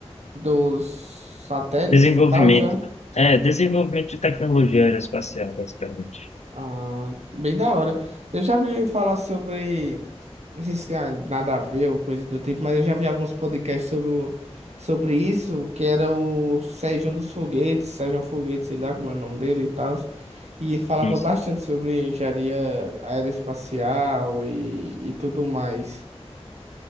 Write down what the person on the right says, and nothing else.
dos satélites
e tal, né?
Ah, bem da hora. Eu já vi falar sobre Não sei se tem a- nada a ver ou coisa do tipo, mas eu já vi alguns podcasts sobre, o- sobre isso, que era o Sérgio dos Foguetes, Sérgio Foguetes, sei lá como é o nome dele e tal. E ele falava
bastante sobre engenharia aeroespacial e, e tudo mais.